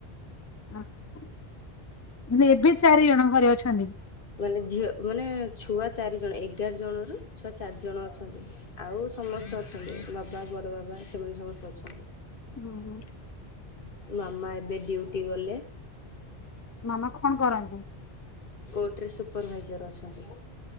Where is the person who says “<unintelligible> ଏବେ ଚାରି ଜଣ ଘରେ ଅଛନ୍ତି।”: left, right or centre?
Left